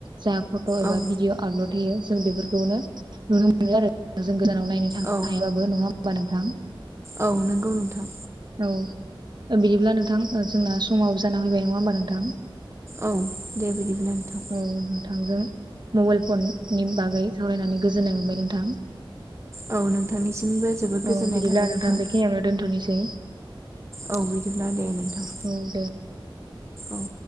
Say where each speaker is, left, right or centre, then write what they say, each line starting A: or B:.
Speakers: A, on the right; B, on the right.
A: जा फट' एबा
B: औ
A: भिडिअ आपलड होयो जों बेफोरखौनो नुनो मोनो आरो जों गोजानाव नायनो थांनो
B: औ
A: हायाबाबो नङा होमबा नोंथां?
B: औ नोंगौ नोंथां।
A: औ बिदिब्ला नोंथां जोंना समाव जाना फैबाय नङा होमबा नोंथां?
B: औ दे बिदिब्ला नोंथां
A: औ नोंथांजों मबाइल फन नि बागै सावरायनानै गोजोननाय मोनबाय नोंथां।
B: औ नोंथांनिसिमबो जोबोद
A: औ
B: गोजोननाय
A: बिदिब्ला
B: थाबाय नोंथां।
A: बेखिनियावनो दोनथ'नोसै
B: औ बिदिब्ला दे नोंथां।
A: औ दे
B: औ